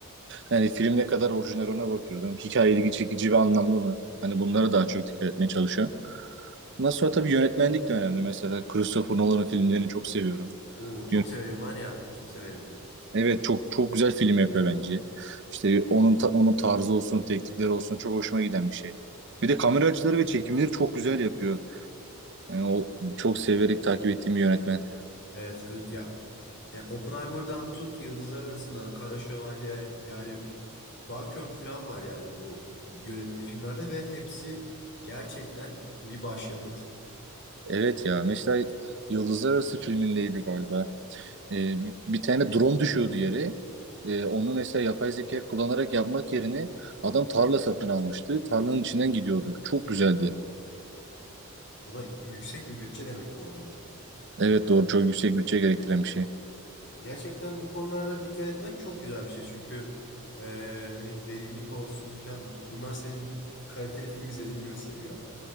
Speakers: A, on the right (about 50°); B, on the left (about 50°).
A: Yani film ne kadar orijinal ona bakıyorum. Hikaye ilgi çekici ve anlamlı mı? Hani bunlara daha çok dikkat etmeye çalışıyorum. Ondan sonra tabii yönetmenlik de önemli. Mesela Christopher Nolan'ın filmlerini çok seviyorum.
B: Oo çok
A: Yön-
B: severim var ya, çok severim.
A: Evet çok çok güzel film yapıyor bence. İşte onun ta- onun tarzı olsun, teknikleri olsun çok hoşuma giden bir şey. Bir de kamera açıları ve çekimleri çok güzel yapıyor. Yani o çok severek takip ettiğim bir yönetmen.
B: Evet ö- ya ya Oppenheimer'dan tut Yıldızlar Arasında, Kara Şövalye yani Dunkirk falan var yani bu yönettiği filmlerde ve hepsi gerçekten bir başyapıt.
A: Evet ya mesela Yıldızlar Arası filmindeydi galiba. Ee, bir, bir tane drone düşüyordu yere. Ee, onu mesela yapay zeka kullanarak yapmak yerine adam tarla satın almıştı. Tarlanın içinden gidiyordu. Çok güzeldi.
B: O da yüksek bir bütçe demek bu arada.
A: Evet doğru çok yüksek bütçe gerektiren bir şey.
B: Gerçekten bu konularda dikkat etmen çok güzel bir şey. Çünkü eee, hani derinlik olsun filan bunlar senin kaliteli film izlediğini gösteriyor.